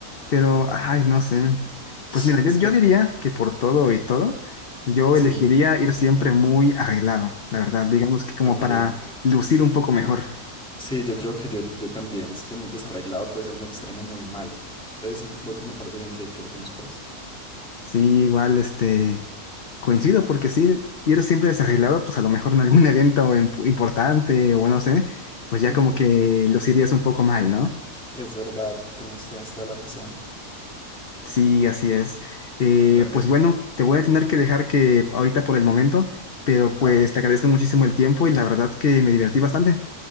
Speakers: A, on the left; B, in the centre.
A: Pero,
B: ajá.
A: ay, no sé. Pues
B: <sniffs> Es
A: mira, yo, yo
B: que-
A: diría que por todo y todo, yo
B: sí,
A: elegiría ir siempre muy arreglado, la verdad. Digamos que como
B: ok.
A: para lucir un poco mejor.
B: Sí, yo creo que yo, yo también. Es que muy desarreglado puede ser un extremo muy malo. Entonces sí, vo- me parece bien que, que votemos por eso.
A: Sí, igual, este, coincido porque sí, ir siempre desarreglado, pues a lo mejor en algún <laughs> evento imp- importante o no sé, pues ya
B: Ujú.
A: como que lucirías un poco mal, ¿no?
B: Es verdad, tienes, tienes toda la razón.
A: Sí, así es. Eh,
B: Dale.
A: pues bueno, te voy a tener que dejar que ahorita por el momento, pero pues
B: Ajá.
A: te agradezco muchísimo el tiempo y la verdad que me divertí bastante.